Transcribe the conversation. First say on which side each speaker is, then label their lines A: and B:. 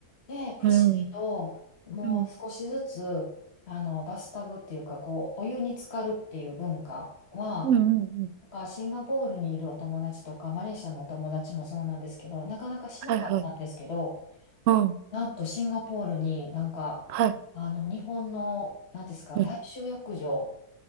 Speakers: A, on the left; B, on the right.
A: で、不思議と、
B: うん。
A: もう少しずつ、
B: うん。
A: あの、バスタブっていうか、こう、お湯に浸かるっていう文化は、
B: うんうんうん。
A: なんかシンガポールにいるお友達とか、マレーシアのお友達もそうなんですけど、なかなかしなかったんですけど、
B: はいはい。うん。
A: なんとシンガポールになんか、
B: はい。
A: あの、日本の、なんですか、
B: うん。
A: 大衆浴場、